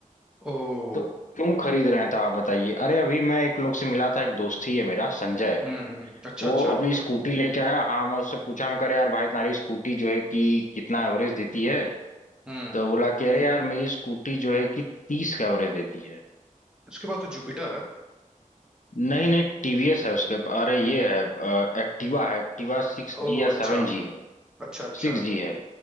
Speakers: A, in the centre; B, on the left.
A: ओ
B: तो क्यों खरीद रहे हैं तब आप बताइए अरे अभी मैं एक लोग से मिला था एक दोस्त ही है मेरा संजय
A: हम्म हम्म, अच्छा
B: वो
A: अच्छा
B: अपनी स्कूटी लेके आया हाँ मैं उससे पूछा मैं कह रहा यार भाई तुम्हारी स्कूटी जो है कि कितना एवरेज देती है
A: हम्म
B: तो बोला कह रहे यार मेरी स्कूटी जो है कि तीस का एवरेज देती है
A: उसके बाद तो जुपिटर है
B: नहीं नहीं टीवीएस है उसके अरे ये है एक्टिवा है एक्टिवा सिक्स
A: ओ
B: जी या
A: अच्छा
B: सेवन जी है
A: अच्छा अच्छा
B: सिक्स जी है